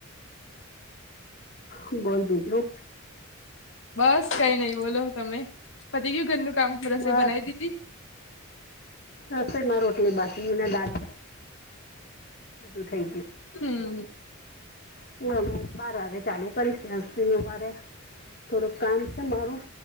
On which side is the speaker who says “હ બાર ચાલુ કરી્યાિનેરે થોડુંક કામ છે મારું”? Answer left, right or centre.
Left